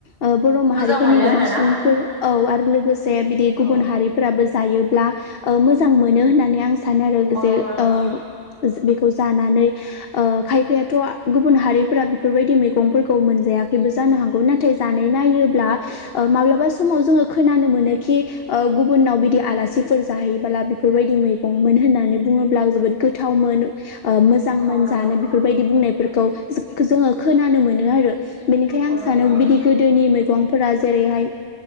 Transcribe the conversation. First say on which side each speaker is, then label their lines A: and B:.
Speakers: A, on the left; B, on the left.
A: ओ बर' माहारिफोरनि
B: मोजां मोनो
A: गोबां
B: आरोना
A: सुबुंफोर औ आरो लोगोसे बिदि
B: औ
A: गुबुन हारिफोराबो जायोब्ला ओ मोजां मोनो होननानै आं सानो आरो
B: औ
A: जे
B: नंगौ नोंथां
A: ओ जे बे जानानै ओ खायफायाथ' गुबुन हारिफोरा बेफोरबायदि मैगंफोरखौ मोनजायाखैबो जानो हागौ नाथाय जानाय नायोब्ला
B: औ
A: ओ माब्लाबा समाव जोङो खोनानो मोनो खि ओ गुबुननाव बिदि आलासिफोर जाहैबोला बिफोरबायदि मैगंमोन होननानै बुङोब्ला जोबोद गोथावमोन। ओ मोजांमोन
B: औ नंगौ
A: जानो बेफोरबायदि बुंनायफोरखौ जोङो खोनानो मोनो आरो। बेनिखायनो
B: औ
A: आं
B: नंगौ
A: सानो
B: नोंथां
A: बिदि गोदोनि मैगंफोरा जेरैहाय